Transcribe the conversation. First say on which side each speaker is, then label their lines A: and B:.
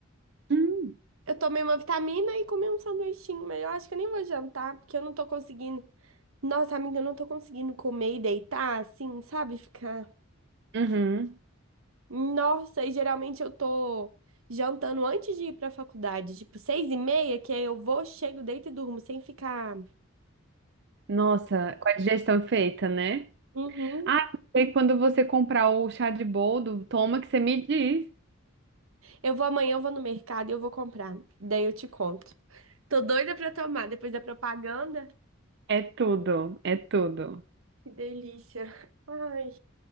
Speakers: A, on the right (about 55°); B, on the right (about 80°).
A: Hum.
B: Eu tomei uma vitamina e comi um sanduichinho, mas eu acho que eu nem vou jantar, porque eu não tô conseguindo. Nossa, amiga, eu não tô conseguindo comer e deitar assim, sabe? Ficar.
A: Uhum.
B: Nossa, e geralmente eu tô jantando antes de ir pra faculdade, tipo seis e meia, que aí eu vou, chego, deito e durmo, sem ficar.
A: Nossa, com a digestão feita, né?
B: Uhum.
A: Ah, e quando você comprar o chá de boldo, toma que você me diz.
B: Eu vou amanhã, eu vou no mercado e eu vou comprar. Daí eu te conto. Tô doida pra tomar depois da propaganda.
A: É tudo, é tudo.
B: Que delícia. Ai,